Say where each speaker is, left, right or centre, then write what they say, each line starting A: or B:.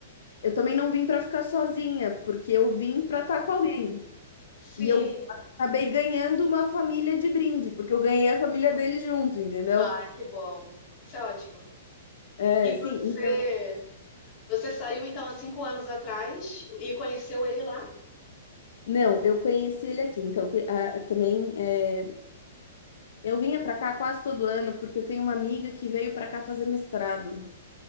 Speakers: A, on the left; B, on the left.
A: eu também não vim pra ficar sozinha, porque eu
B: Sim.
A: vim pra estar com alguém.
B: Sim.
A: E eu acabei ganhando uma família de brinde, porque eu ganhei a família dele junto, entendeu?
B: Ah, que bom. Isso é ótimo.
A: É,
B: E você,
A: sim, então,
B: você saiu então há cinco anos atrás e conheceu ele lá?
A: não, eu conheci ele aqui, então, que- ah, também, é, eu vinha pra cá quase todo ano, porque eu tenho uma amiga que veio pra cá fazer mestrado.